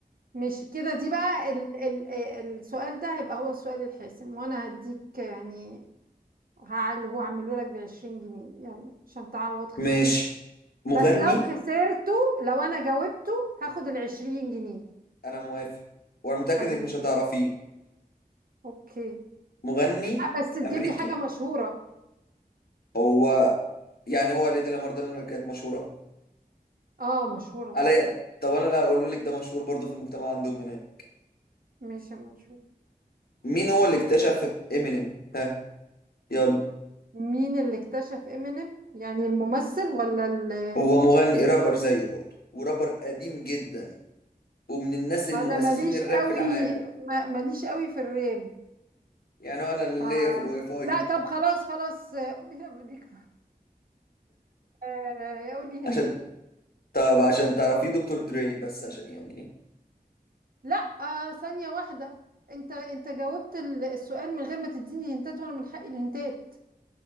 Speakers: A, on the right; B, on the left.
A: مش كده دي بقى ال ال السؤال ده هيبقى هو السؤال الحاسم وانا هديك يعني هعل هو هعمله لك ب 20 جنيه يلا عشان تعوض خسارتك
B: ماشي مغني
A: بس لو خسرته لو انا جاوبته هاخد ال 20 جنيه
B: انا موافق وانا متاكد
A: اما
B: انك
A: نشوف
B: مش هتعرفيه
A: اوكي
B: مغني
A: لا، بس تجيب
B: امريكي
A: لي حاجه مشهوره
B: هو يعني هو ليدي لامار ده اللي كانت مشهوره
A: اه مشهورة طبعا
B: عليا طب انا اللي هقوله لك ده مشهور برضه في المجتمع عندهم هناك
A: ماشي اما نشوف
B: مين هو اللي اكتشف امينيم ها يلا
A: مين اللي اكتشف امينيم يعني الممثل ولا اللي
B: هو مغني رابر زيه برضه ورابر قديم جدا ومن الناس المؤسسين
A: ما انا ماليش
B: الراب
A: قوي
B: في العالم
A: ما ماليش قوي في الراب
B: يعني هو انا اللي
A: ف
B: ليا في الواي فاي
A: لا طب خلاص خلاص قولي ليك آه، قولي هنتات
B: عشان طب عشان تعرفيه دكتور دري بس عشان يعني ايه
A: لا آه، ثانية واحدة انت انت جاوبت ال- السؤال من غير ما تديني هنتات وانا من حقي الهنتات